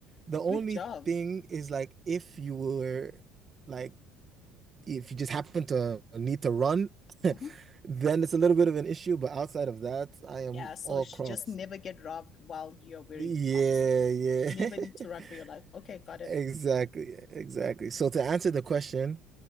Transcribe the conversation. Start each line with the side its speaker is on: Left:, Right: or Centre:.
Right: The only
Left: Good job.
Right: thing is like if you were like if you just happen to need to run, <laughs>
Left: Mhm.
Right: then it's a little bit of an issue, but outside of that, I am
Left: Yeah. So
Right: all
Left: sh-
Right: Crocs.
Left: just never get robbed while you're wearing
Right: Yeah,
Left: Crocs.
Right: yeah.
Left: Never
Right: <laughs>
Left: need to run for your life. Okay. Got it.
Right: Exactly, exactly. So to answer the question,